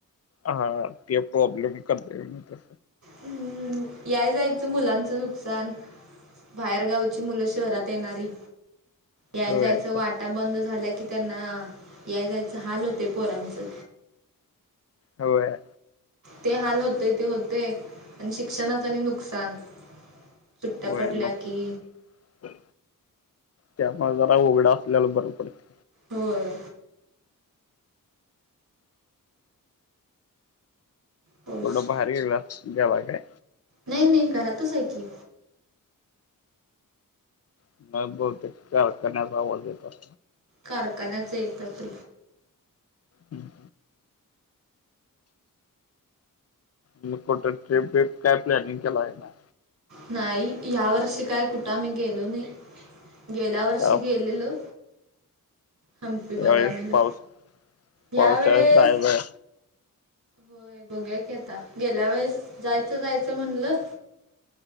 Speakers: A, on the left; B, on the right.
A: हा ते प्रॉब्लेम कर तर
B: हम्म या जायचं मुलांच नुकसान बाहेरगावची मुलं शहरात येणारी या
A: होय
B: जायच
A: सर
B: वाटा बंद झाल्या कि त्यांना याय जायचं हाल होते पोरांचं
A: होय
B: ते हाल होतेय ते होते आणि शिक्षणाच आणि नुकसान सुट्ट्या
A: होय
B: पडल्या
A: बग
B: की
A: त्यामुळे जरा उघडा असल्याला बर पडत
B: होय होस
A: थोडं बाहेर गेला जेवाय काय
B: नाही, नाही घरतच आहे की
A: नाही बोल ते करण्याचा आवाज येत अस
B: कारखान्याच येतात
A: हम्म मग कुठं ट्रिप, बिप काय प्लॅनिंग केला आहे ना
B: नाही या वर्षी काय कुठं आम्ही गेलो नाही गेला वर्ष
A: का
B: गेलेलो हंपी बदामीला
A: यावेळेस पाऊस पावसाळ्यात
B: यावेेळेस
A: जायचंय.
B: होय बघुया की आता गेल्या वेळेस जायचं, जायचं म्हणलं